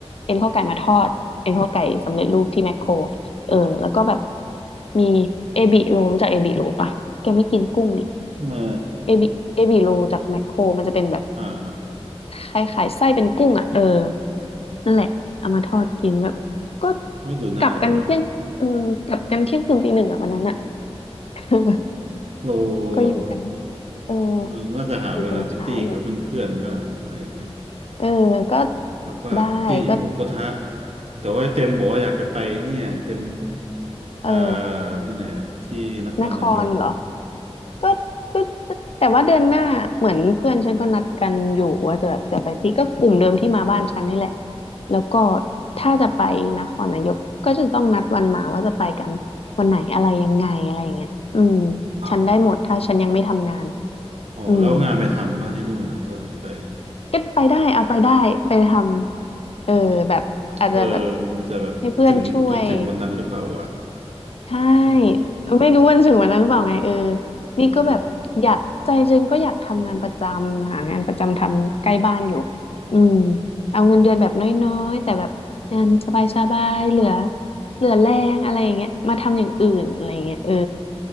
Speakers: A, on the left (about 65°); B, on the right (about 75°).
A: เอ็นข้อไก่มาทอดเอ็นข้อไก่สำเร็จรูปที่แมคโครเออแล้วก็แบบ
B: อ่าฮะ
A: มีเอบิโลรู้จักเอบิโลปะแกไม่กินกุ้งนี่
B: ไม่
A: เอบิเอบิโลจากแมคโครมันจะเป็นแบบ
B: อ่าฮะ
A: คล้ายๆไส้เป็นกุ้งอ่ะเออนั่นแหละเอามาทอดกินแบบก็
B: ก็ดูน่าอร่อย
A: กลับกันเที่ยงเออกลับกันเที่ยงคืนตีหนึ่งอ่ะวันนั้นอ่ะ <laughs>
B: เราแบบ
A: ก็อยู่กันเออ
B: เออน่าจะหาเวลาไปตี้กับเพื่อนๆบ้างอะไรอย่างเงี้ย
A: อยู่กันช้าอยู่เออก็
B: แบบว่าตี้หมูกระทะ
A: ได้ก็
B: แต่ว่าเต็มบอกว่าอยากจะไปเนี่ยเต็ม
A: เออ
B: อ่าที่ไหนวะที่นครนายก
A: นครเหรอ ก็ก็แต่ว่าเดือนหน้าเหมือนเพื่อนฉันก็นัดกันอยู่ว่าจะแบบจะไปที่ก็กลุ่มเดิมที่มาบ้านฉันนี่แหละแล้วก็ถ้าจะไปนครนายกก็จะต้องนัดวันมาว่าจะไปกันวันไหนอะไรยังไงอะไรอย่างเงี้ยอืม
B: อ๋อ
A: ฉันได้หมดถ้าฉันยังไม่ทำงาน
B: อ๋อแล้วงานไปทำบ้างที่นู่นน่ะก็ไป
A: อืมก็ไปได้เอาไปได้ไปทำเออแบบอาจจะแบบ
B: อ๋อเออมันจะแบบถึงจนถึงวันนั้นหรือเปล่าวะ
A: ให้เพื่อนช่วย ใช่ไม่รู้วันถึงวันนั้นหรือเปล่าไงเออ
B: เออเออ
A: นี่ก็แบบอยากใจจริงก็อยากทำงานประจำหางานประจำทำใกล้บ้านอยู่อืมเอาเงินเดือนแบบน้อยๆแต่แบบงานสบายๆเหลือเหลือแรงอะไรอย่างเงี้ยมาทำอย่างอื่นอะไรอย่างเงี้ยเออ